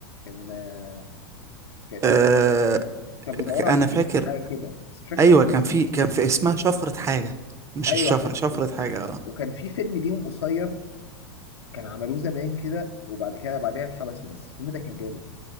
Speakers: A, on the left; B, on the right.
A: كان آه، كان إيه؟
B: آه
A: كان بيدور على
B: انا
A: الكنز
B: فاكر
A: حاجه كده بس مش فاكر
B: ايوه
A: اسمه
B: كان في كان في اسمها شفرة حاجة مش
A: ايوه
B: الشفرة
A: حاجه
B: شفرة
A: كده
B: حاجة اه
A: وكان في فيلم ليهم قصير كان عملوه زمان كده وبعد كده بعدها اتحبسوا بس الفيلم ده كان جامد